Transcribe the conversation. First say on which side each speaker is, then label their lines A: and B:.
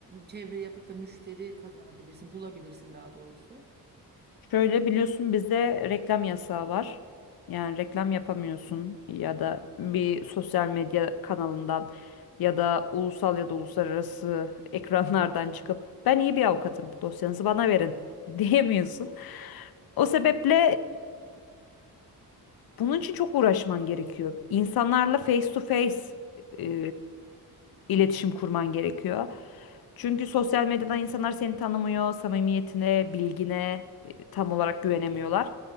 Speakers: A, on the right (about 25°); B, on the left (about 65°).
A: çevre yapıp da müşteri kazanabilirsin, bulabilirsin daha doğrusu?
B: Şöyle biliyorsun bizde reklam yasağı var. Yani reklam yapamıyorsun ya da bir sosyal medya kanalından ya da ulusal ya da uluslararası <laughs> ekranlardan çıkıp ben iyi bir avukatım dosyanızı bana verin <laughs> diyemiyorsun. O sebeple bunun için çok uğraşman gerekiyor. İnsanlarla face to face e, iletişim kurman gerekiyor. Çünkü sosyal medyadan insanlar seni tanımıyor, samimiyetine, bilgine e, tam olarak güvenemiyorlar.